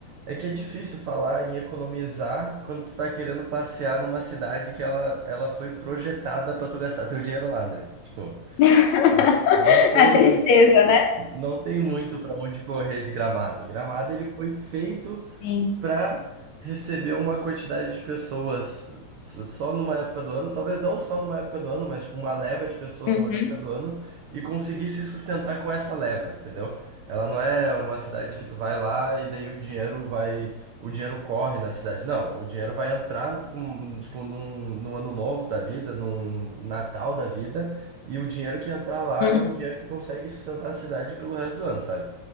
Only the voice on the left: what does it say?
<laughs>
A tristeza,
né?
Sim.
Uhum.
Uhum.